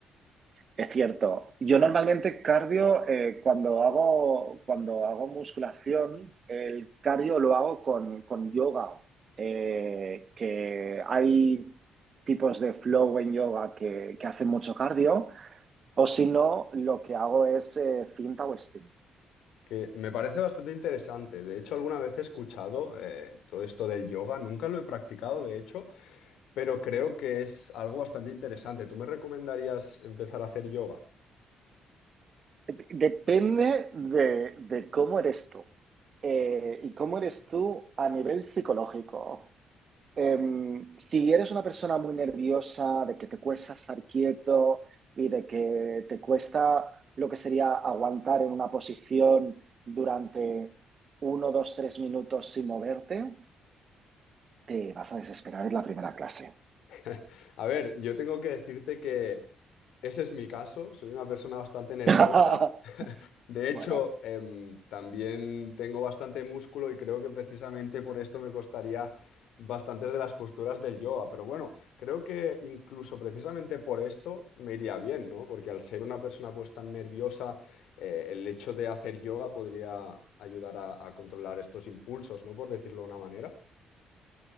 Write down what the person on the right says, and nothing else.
Es cierto. Yo normalmente cardio, eh, cuando hago, cuando hago musculación, el cardio lo hago con, con yoga, eh, que hay tipos de flow en yoga que, que hacen mucho cardio, o si no, lo que hago es eh, finta o spinning.
Depende de, de cómo eres tú eh, y cómo eres tú a nivel psicológico. Em, si eres una persona muy nerviosa, de que te cuesta estar quieto y de que te cuesta lo que sería aguantar en una posición durante uno, dos, tres minutos sin moverte, te vas a desesperar en la primera clase.
<laughs>
Bueno,